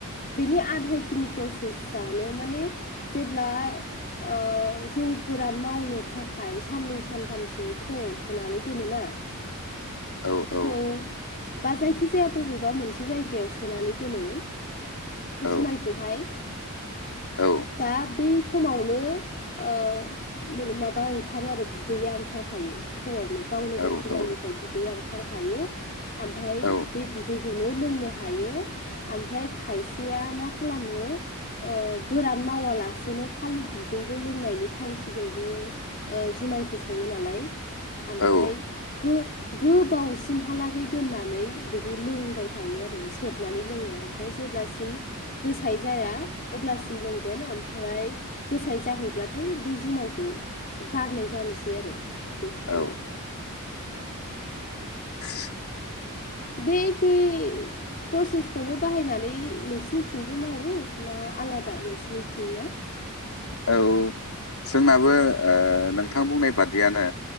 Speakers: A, on the left; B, on the left.
A: बेनि आधा खिनि प्रसेस आनो माने जेब्ला ओ जौ गोरान मावनो थाखाय साननै सानथामसो थौआव सोनानै दोनोना।
B: औ
A: थौ
B: औ।
A: बा जायखिजाया बबेबा मोनसे जायगायाव सोनानै दोनो।
B: औ
A: जुमायखौहाय
B: औ
A: दा बे समावनो ओ माबा ओंखारो आरो बिदैया ओंखारखायो थौआवनो। गावनो
B: औ
A: गाव जुमायनिफ्राय
B: औ
A: बिदैआ ओंखार खायो। ओमफ्राय
B: औ
A: बे बिदैखौनो लोंनो हायो ओमफ्राय खायसेया मा खालामो ओ ओ गोरान मावालासेनो खालि बिदैल' लोंनायनि थांखिजोंबो ओ जुमायखौ सङो नालाय। ओमफाय
B: औ
A: गो गोबावसिमहालागै दोननानै बे खौ लोंबाय थायो आरो सेबनानै लोङो ओमफ्राय जेब्लासिम गोसाय जाया अब्लासिम लोंगोन ओमफ्राय गोसाय जाहैब्लाथाय बे जुमायखौ गारनाय जानोसै आरो। बेखिनियानो
B: औ <inaudible>
A: बे <unintelligible> प्रसेसखौनो बाहायनानै नोंसिनिथिंबो मावोना आलादा नोंसोरनिथिं ना?
B: औ जोंनाबो नोंथां बुंनाय बादियानो।